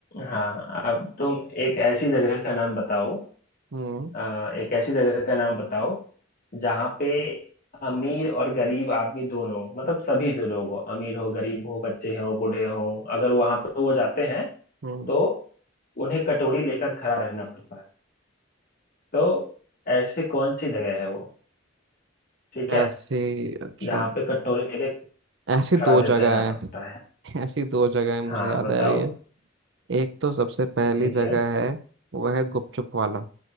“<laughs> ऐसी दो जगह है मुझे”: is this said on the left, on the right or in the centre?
Right